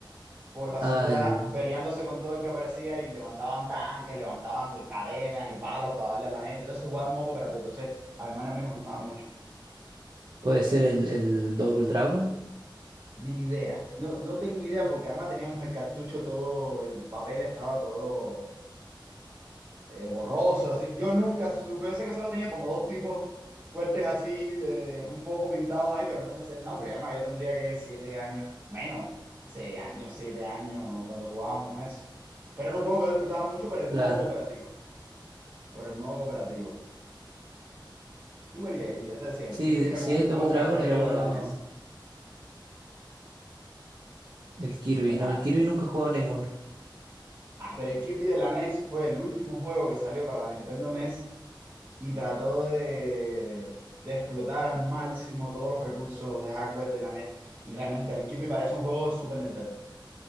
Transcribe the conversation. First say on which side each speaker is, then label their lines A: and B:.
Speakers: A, on the right; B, on the right.
A: por la
B: Ah,
A: ciudad
B: el,
A: peleándose con todo el que aparecía y levantaban tanques, levantaban cadenas y palos para darle a la gente. Entonces se jugaba en modo cooperativo. Entonces a mi hermana y a mí nos gustaba mucho.
B: puede ser el, el Double Dragon.
A: Ni idea. No, no tengo idea porque además teníamos el cartucho todo, el papel estaba todo eh, borroso, así. Yo nunca supe, yo sé que solo tenía como dos tipos fuertes así, eh, un poco pintados ahí, pero no me sé el nombre. Además, yo tendría que siete años, menos, seis años, siete años, cuando jugábamos eso. Pero era un juego que disfrutaba mucho por el
B: Claro.
A: modo cooperativo, por el modo cooperativo. Y bueno, y, y ya te decía, el
B: Sí,
A: Kirby era
B: si
A: como
B: es
A: mi
B: el
A: juego
B: Double Dragon
A: preferido
B: era uno,
A: de la NES.
B: el Kirby.
A: De hecho,
B: No,
A: ah,
B: el Kirby nunca he jugado ninguno.
A: ah, pero el Kirby de la NES fue el último juego que salió para Nintendo NES y trató de, de explotar al máximo todos los recursos de hardware de la NES. Y realmente el Kirby parece un juego de Super Nintendo.